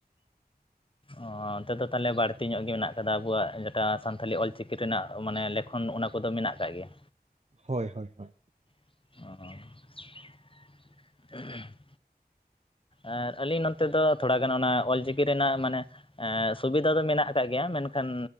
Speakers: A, on the left; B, on the right.
A: ᱚ ᱚᱱᱛᱮ ᱫᱚ ᱛᱟᱦᱚᱞᱮ ᱵᱟᱹᱲᱛᱤ ᱧᱚᱜ ᱜᱮ ᱢᱮᱱᱟᱜ ᱟᱠᱟᱫᱟ ᱟᱵᱚᱣᱟᱜ ᱡᱮᱴᱟ ᱥᱟᱱᱛᱷᱟᱤ ᱚᱞᱪᱤᱠᱤ ᱨᱮᱱᱟᱜ ᱢᱟᱱᱮ ᱮᱠᱷᱚᱱ ᱚᱱᱟ ᱠᱚᱫᱚ ᱢᱮᱱᱟᱜ ᱟᱠᱟᱫ ᱜᱮᱭᱟ
B: ᱦᱳᱭ ᱦᱳᱭ ᱦᱳᱭ
A: ᱟᱨ <unintelligible> ᱟᱨ ᱟᱹᱞᱤᱧ ᱱᱚᱛᱮ ᱫᱚ ᱛᱷᱚᱲᱟ ᱜᱟᱱ ᱚᱱᱟ ᱚᱞᱪᱤᱠᱤ ᱨᱮᱱᱟᱜ ᱢᱟᱱᱮ ᱮ ᱥᱩᱵᱤᱫᱷᱟ ᱫᱚ ᱢᱮᱱᱟᱜ ᱟᱠᱟᱟᱜ ᱜᱮᱭᱟ ᱢᱮᱱᱠᱷᱟᱱ